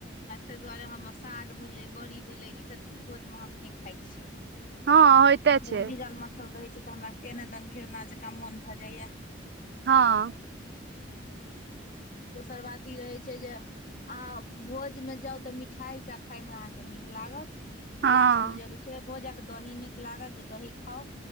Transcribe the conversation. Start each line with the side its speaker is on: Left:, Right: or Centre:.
Left: तै दुआरे हम साग भेलै बड़ी भेलै ईसभ चीज भोज हम नहि खाई छी,
Right: हँ होइते
Left: किया
Right: छै
Left: तऽ ओ गीजल मथल रहै छै तऽ हमरा केहने दन घिरना जका मोन भए जाइया। <unintelligible>
Right: हँ।
Left: दोसर बात ई रहै छै जे, आ भोज मे जाउ तऽ मिठाई कऽ खाय मऽ अहाँके नीक लागत
Right: हँ
Left: लास्ट मे जब, फेर भोजक दही नीक लागत जे दही खाउ,